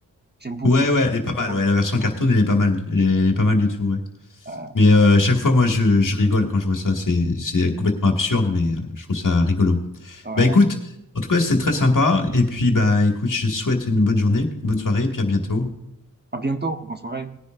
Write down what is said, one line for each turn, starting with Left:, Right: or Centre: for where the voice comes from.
Right: J'aime beaucoup.
Left: Ouais, ouais, elle est pas mal.
Right: Ouais,
Left: Ouais, la version cartoon, elle est pas mal. Elle est, elle est pas mal du tout. Ouais.
Right: euh,
Left: Mais euh, à chaque fois, moi, je, je rigole quand je vois ça. C'est, c'est complètement absurde, mais euh, je trouve ça rigolo.
Right: ouais.
Left: Bah écoute, en tout cas, c'était très sympa. Et puis, bah écoute, je te souhaite une bonne journée, une bonne soirée, et puis à bientôt.
Right: À bientôt, bonne soirée.